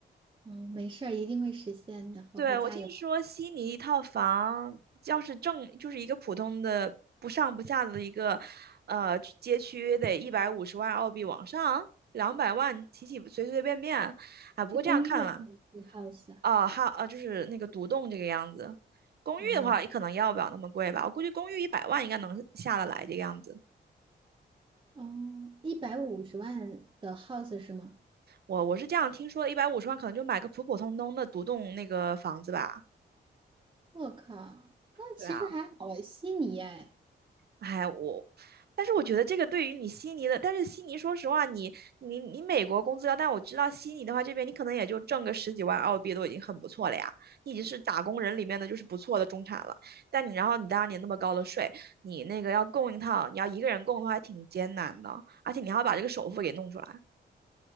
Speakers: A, on the right; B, on the right.
A: 嗯，没事儿，一定会实现的，好好加油。
B: 对，我听说悉尼一套房，要是正就是一个普通的不上不下的一个呃街区，得一百五十万澳币往上，两百万起起随随便便。啊，不过这样看了，
A: 是公寓还是 house 啊？
B: 啊，还有啊，就是那个独栋这个样子。公寓的话，
A: 啊，
B: 也可能要不了那么贵吧。我估计公寓一百万应该能下得来这个样子。
A: 哦，一百五十万的 house 是吗？
B: 我我是这样听说的，一百五十万可能就买个普普通通的独栋那个房子吧。
A: 我靠，那其实还好哎，
B: 对啊，
A: 悉尼哎。
B: 哎，我，但是我觉得这个对于你悉尼的，但是悉尼说实话，你你你美国工资高，但我知道悉尼的话，这边你可能也就挣个十几万澳币都已经很不错了呀，你已经是打工人里面的就是不错的中产了。但你然后你当年那么高的税，你那个要供一套，你要一个人供的话还挺艰难的，而且你还要把这个首付给弄出来。